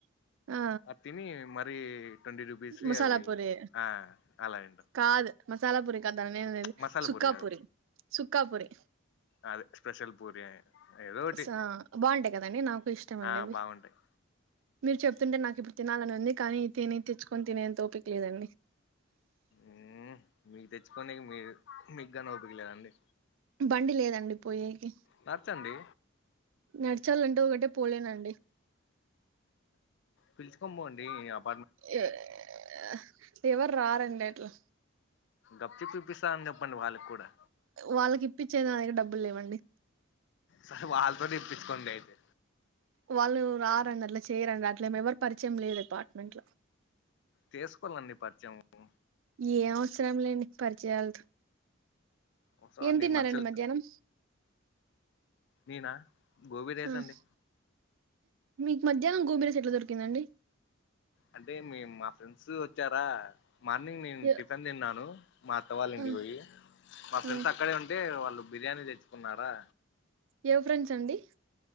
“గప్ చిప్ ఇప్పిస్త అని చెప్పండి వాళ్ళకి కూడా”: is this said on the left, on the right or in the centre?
Left